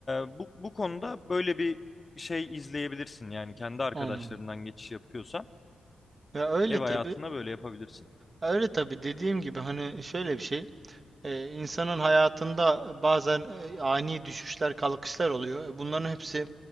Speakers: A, on the left; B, on the right.
A: bu, bu konuda böyle bir şey izleyebilirsin. Yani kendi arkadaşlarından
B: Anladım.
A: geçiş yapıyorsan
B: Ya öyle
A: ev
B: tabii.
A: hayatına böyle yapabilirsin.
B: Öyle tabii dediğim gibi hani şöyle bir şey. e, insanın hayatında bazen e, ani düşüşler, kalkışlar oluyor. E, Bunların hepsi